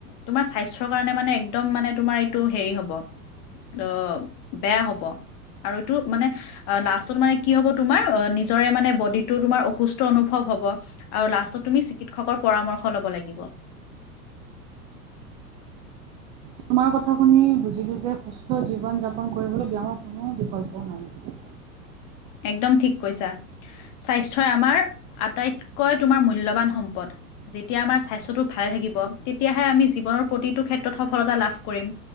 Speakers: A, on the left; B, on the right.
A: তোমাৰ স্বাস্থ্যৰ কাৰণে মানে একদম মানে তোমাৰ এইটো হেৰি হ'ব। অ বেয়া হব আৰু এইটো মানে লাষ্টত মানে কি হ'ব তোমাৰ অ নিজ নিজৰে মানে বডিটো তোমাৰ অসুস্থ অনুভৱ হব আৰু লাষ্টত তুমি চিকিৎসকৰ পৰামৰ্শ লব লাগিব। <inaudible>
B: তোমাৰ কথা শুনি বুজিলোঁ যে সুস্থ জীৱন যাপন কৰিবলৈ ব্যায়ামৰ কোনো বিকল্প নাই।
A: <inaudible> একদম ঠিক কৈছা, স্বাস্থ্যই আমাৰ আটাইতকৈ তোমাৰ মূল্যবান সম্পদ। যেতিয়া আমাৰ স্বাস্থ্যটো ভালে থাকিব তেতিয়াহে আমি জীৱনৰ প্ৰতিটো ক্ষেত্ৰত সফলতা লাভ কৰিম।